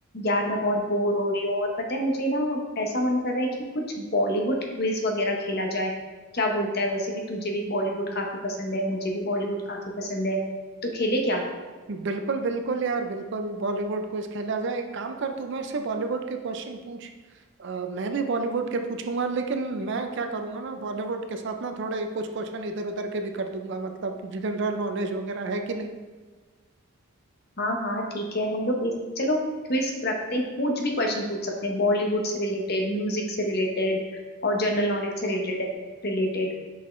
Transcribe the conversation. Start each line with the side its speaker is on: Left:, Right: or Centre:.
Left: यार मैं बहुत बोर हो रही हूँ और पता है मुझे ना ऐसा मन कर रहा है कि कुछ बॉलीवुड क्विज वगैरह खेला जाए क्या बोलता है वैसे भी तुझे भी बॉलीवुड काफी पसंद है मुझे भी बॉलीवुड काफी पसंद है तो खेले क्या
Right: बिल्कुल बिल्कुल यार बिल्कुल बॉलीवुड क्विज खेला जाए एक काम कर तू मेरे से बॉलीवुड के क्वेश्चन पूछ अ, मैं भी बॉलीवुड के पूछूंगा लेकिन मैं क्या करूंगा ना बॉलीवुड के साथ ना थोड़े कुछ क्वेश्चन इधर उधर के भी कर दूंगा मतलब जनरल नॉलेज वगैरह है कि नहीं
Left: हाँ हाँ ठीक है हम लोग बेस- चलो क्विज रखते हैं कुछ भी क्वेश्चन पूछ सकते हैं बॉलीवुड से रिलेटेड म्यूजिक से रिलेटेड और जनरल नॉलेज से रिलेटेड रिलेटेड